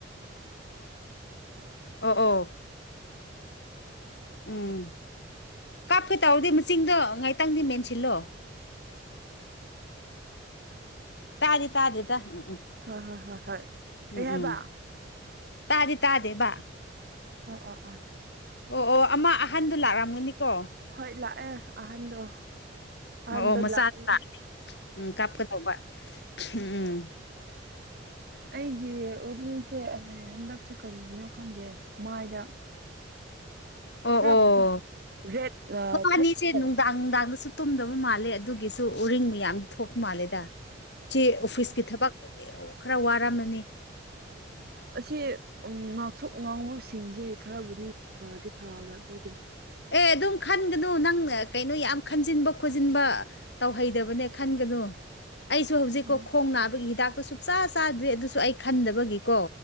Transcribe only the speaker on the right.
<inaudible>
ꯍꯣꯏ ꯍꯣꯏ ꯍꯣꯏ ꯍꯣꯏ ꯀꯩ
ꯍꯥꯏꯕꯥ
ꯑꯣ ꯑꯣ ꯑ
ꯍꯣꯏ ꯂꯥꯛꯑꯦ ꯑꯍꯟꯗꯣ ꯑꯍꯟꯗꯣ
ꯂꯥꯛꯑꯦ
ꯑꯩꯒꯤ <unintelligible> ꯆꯦ <unintelligible> ꯂꯦ ꯍꯟꯗꯛꯁꯦ ꯀꯔꯤꯒꯤꯅꯣ ꯈꯪꯗꯦ ꯃꯥꯏꯗ
ꯈꯔꯕꯨꯗꯤ
ꯔꯦꯠ
ꯊꯣꯛꯄ
ꯑꯁꯤ ꯎꯡ ꯉꯥꯛꯁꯣꯛ ꯉꯥꯡꯕꯁꯤꯡꯁꯦ ꯈꯔꯕꯨꯗꯤ ꯐꯗꯤ ꯐꯕ ꯑꯗꯨ
ꯎꯝ